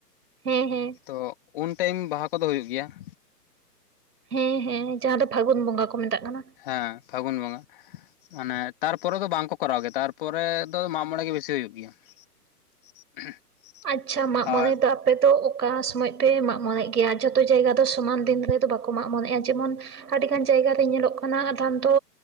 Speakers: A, on the right; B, on the left.
A: ᱦᱮᱸ ᱦᱮᱸ ᱾
B: ᱛᱚ ᱩᱱ ᱴᱟᱭᱤᱢ ᱵᱟᱦᱟ ᱠᱚᱫᱚ ᱦᱩᱭᱩᱜ ᱜᱮᱭᱟ ᱾
A: ᱦᱮᱸ ᱦᱮᱸ, ᱡᱟᱦᱟᱸ ᱫᱚ ᱯᱷᱟᱹᱜᱩᱱ ᱵᱚᱸᱜᱟ ᱠᱚ ᱢᱮᱛᱟᱜ ᱠᱟᱱᱟ
B: ᱦᱮᱸ ᱯᱷᱟᱹᱜᱩᱱ ᱵᱚᱸᱜᱟ ᱾ ᱢᱟᱱᱮ ᱛᱟᱨᱯᱚᱨᱮ ᱫᱚ ᱵᱟᱝ ᱠᱚ ᱠᱚᱨᱟᱣ ᱜᱮᱭᱟ ᱾ ᱛᱟᱨᱯᱚᱨᱮ ᱫᱚ ᱢᱟᱜ ᱢᱚᱬᱮ ᱜᱮ ᱵᱮᱥᱤ ᱦᱩᱭᱩᱜ ᱜᱮᱭᱟ ᱾ <inaudible>
A: ᱟᱪᱪᱷᱟ ᱢᱟᱜ ᱢᱚᱬᱮ
B: ᱟᱨ
A: ᱫᱚ ᱟᱯ ᱟᱯᱮ ᱫᱚ ᱚᱠᱟ ᱥᱚᱢᱚᱭ ᱯᱮ ᱢᱟᱜ ᱢᱚᱬᱮᱜ ᱜᱮᱭᱟ? ᱡᱷᱚᱛᱚ ᱡᱟᱭᱜᱟ ᱫᱚ ᱥᱚᱢᱟᱱ ᱫᱤᱱ ᱨᱮᱫᱚ ᱵᱟᱠᱚ ᱢᱟᱜ ᱢᱚᱬᱮᱜ-ᱟ, ᱡᱮᱢᱚᱱ ᱟᱹᱰᱤ ᱜᱟᱱ ᱡᱟᱭᱜᱟ ᱨᱮ ᱧᱮᱞᱚᱜ ᱠᱟᱱᱟ ᱟᱫᱷᱟᱱ ᱫᱚ